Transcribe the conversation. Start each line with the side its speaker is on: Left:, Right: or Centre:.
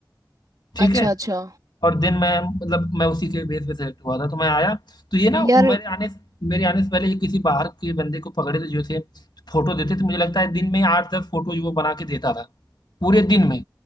Left: ठीक
Right: अच्छा
Left: है
Right: अच्छा
Left: और देन मैं मतलब मैं उसी के बेस पे सेलेक्ट हुआ था तो मैं आया तो ये ना
Right: यार
Left: मेरे आने मेरे आने से पहले ये किसी बाहर के बंदे को पकड़े थे जो थे फोटो देते थे मुझे लगता है दिन में आठ दस फोटो जो वो बना के देता था पूरे दिन में